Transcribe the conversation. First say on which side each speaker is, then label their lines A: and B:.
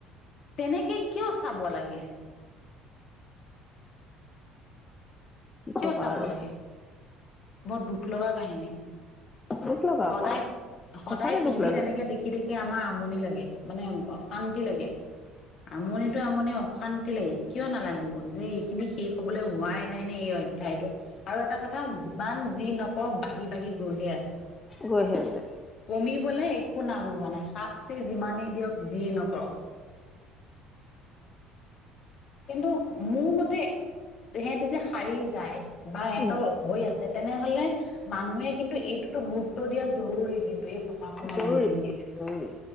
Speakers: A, on the left; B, on the left.
A: তেনেকে কিয় চাব লাগে
B: কি
A: কিয়
B: কবা
A: চাব
B: আৰু
A: লাগে? বৰ দুখ লগা কাহিনী।
B: দুখ লগা
A: সদায়,
B: আকৌ
A: সদায়
B: সঁচাকে দুখ
A: টিভিত
B: লাগে
A: এনেকে দেখি, দেখি আমাৰ আমনি লাগে। মানে উম, অশান্তি লাগে। আমনিতো আমনি অশান্তি লাগে, কিয় নালাগিব? যে, এইখিনি শেষ হ'বলৈ হোৱাই নাই নে এই অ <unintelligible> আৰু এটা কথা যিমান যি নকৰক বাঢ়ি বাঢ়ি গৈ হে আছে।
B: গৈহে আছে
A: কমিবলে একো নাম লোৱা নাই, শাস্তি যিমানেই দিয়ক যিয়েই নকৰক। কিন্তু- মোৰ মতে, ইহঁতে যে সাৰি যায় বা এহেতৰ
B: উম
A: হৈ আছে- তেনেহলে- মানুহে কিন্তু এইটোতো গুৰুত্ব দিয়া জৰুৰী কিন্তু এই প্ৰশাসনৰ
B: জৰুৰী
A: মানুহখিনিয়ে।
B: জৰুৰী